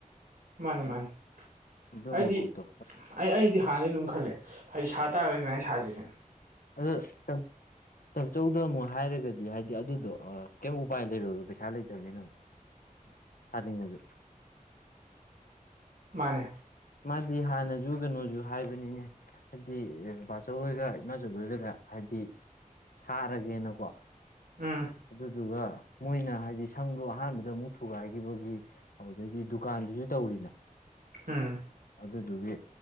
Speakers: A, on the right; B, on the left.
A: ꯃꯥꯅꯦ ꯃꯥꯅꯦ
B: ꯑꯗꯨꯝꯕ
A: ꯑꯩꯗꯤ
B: ꯀꯣꯛꯇꯣ
A: ꯑꯩ ꯑꯩꯗꯤ ꯍꯥꯟꯅꯗꯤ ꯑꯗꯨꯝ ꯈꯜꯂꯦ ꯍꯥꯏꯗꯤ ꯁꯥ ꯇꯥꯔꯒꯗꯤ ꯑꯗꯨꯥꯏꯅ ꯁꯥꯖꯔꯦ
B: <unintelligible> ꯆꯆꯧꯗ ꯑꯃꯨꯛ ꯍꯥꯏꯔꯒꯗꯤ ꯍꯥꯏꯗꯤ ꯑꯗꯨꯗꯣ ꯀꯩꯝ ꯎꯄꯥꯏ ꯂꯩꯔꯨꯔꯒꯣ ꯄꯩꯁꯥ ꯂꯩꯇꯕꯅꯤꯅ ꯑꯃꯨꯛ
A: <inaudible>
B: ꯍꯅꯤꯡꯉꯁꯨ
A: ꯃꯥꯅꯦ
B: ꯃꯥꯗꯤ ꯍꯥꯟꯅꯁꯨ ꯀꯩꯅꯣꯖ ꯍꯥꯏꯕꯅꯤꯅꯦ ꯍꯥꯏꯗꯤ ꯕꯥꯆꯧꯏꯒ ꯅꯁꯨꯕꯗꯨꯗ ꯍꯥꯏꯗꯤ ꯁꯥꯔꯒꯦꯅꯀꯣ
A: ꯎꯝ
B: ꯑꯗꯨꯗꯨꯒ ꯃꯣꯏꯅ ꯍꯥꯏꯗꯤ ꯁꯪꯗꯣ ꯑꯍꯥꯟꯕꯗ ꯑꯃꯨꯛ ꯊꯨꯒꯥꯏꯈꯤꯕꯒꯤ ꯑꯗꯨꯗꯩꯩꯗꯤ ꯗꯨꯀꯥꯟꯗꯨꯁꯨ ꯇꯧꯔꯤꯅ
A: ꯑꯝ
B: ꯑꯗꯨꯗꯨꯒꯤ